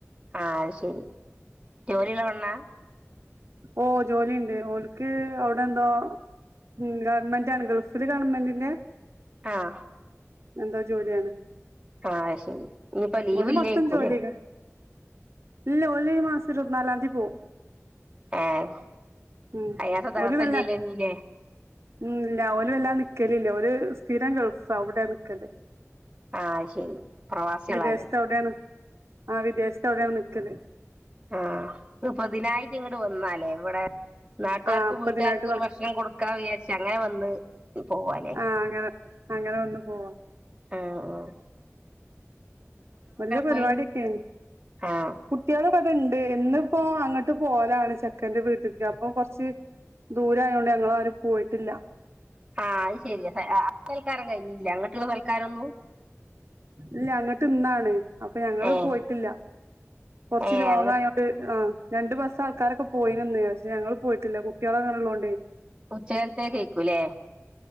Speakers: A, on the right (about 20°); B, on the right (about 55°).
A: ആഹ് അഹ്ശരി ജോലിയുള്ള പെണ്ണാ?
B: ഓഹ് ജോലിയിണ്ട് ഓൽക്ക് അവിടെ എന്തോ? ഉം ഗവൺമെന്റാണ് ഗൾഫില് ഗവൺമെന്റിന്റെ
A: ആഹ്
B: എന്തോ ജോലിയാണ്
A: ആഹ് അഹ് ശരി ഇനിയിപ്പെ ലീവ്
B: ഓല്
A: ഇല്ലേക്കൂല്ലേ?
B: മൊത്തം ജോലിയൊക്കെ ഇല്ല ഓല് ഈ മാസം ഇരുപത്തിനാലാം തീയതി പോവും
A: ആഹ്
B: ഉം
A: അയിനാത്രം ദിവസം
B: ഓല് വല്ലാ
A: ഇല്ലിയല്ലോ ഇഞ്ഞ് ലേ?
B: ഉം ഇല്ല ഓല് വല്ലാ നിക്കലില്ല ഓര് സ്ഥിരം ഗൾഫാ അവിടെ നിക്കല്
A: ആഹ് അത് ശരി പ്രവാസികളാല്ലേ
B: വിദേശത്ത് അവിടെയാണ് ആഹ് വിദേശത്ത് അവിടെയാണ് നിക്കല്
A: ആഹ് ഇപ്പ അതിനായിട്ട് ഇങ്ങട്ട് വന്നാലേ ഇവടെ? നാട്ടുകാർക്കും
B: ആ അപ്പ
A: വീട്ടുകാർക്കും
B: ഇതിനായിട്ട്
A: ഒരു
B: വ
A: ഭക്ഷണം കൊടുക്കാ വിയാരിച്ച് അങ്ങനെ വന്ന് പോവാലേ?
B: ആ അങ്ങനെ അങ്ങനെ വന്ന് പോവാ
A: ആഹ് ആഹ്
B: വല്യ പരിപാടിയെക്കേനി
A: പോയി ആഹ്
B: കുട്ടിയോള് ഇവടെണ്ട് ഇന്നിപ്പോ അങ്ങട്ട് പോവലാണ് ചെക്കന്റെ വീട്ട്ക്ക് അപ്പൊ കൊറച്ച് ദൂരായോണ്ട് ഞങ്ങളാരും പോയിട്ടില്ല
A: ആഹ് അത് ശരിയാലെ ആ സൽക്കാരം കഴിഞ്ഞില്ല അങ്ങട്ട്ള്ള സൽക്കാരൊന്നും
B: ഇല്ല അങ്ങട്ട് ഇന്നാണ് അപ്പൊ ഞങ്ങള്
A: ഏഹ്
B: പോയിട്ടില്ല കൊറച്ച്
A: ഏഹ്
B: ലോങ്ങായോ
A: അങ്ങ
B: ണ്ട് ആഹ് രണ്ട് ബസ്സ് ആൾക്കാരൊക്കെ പോയിണ്ന്ന് പക്ഷെ ഞങ്ങള് പോയിട്ടില്ല കുട്ട്യോള് ഇങ്ങനെ ഇള്ളോണ്ടേ
A: ഉച്ചകത്തേക്ക്‌ എയ്ക്കൂല്ലേ?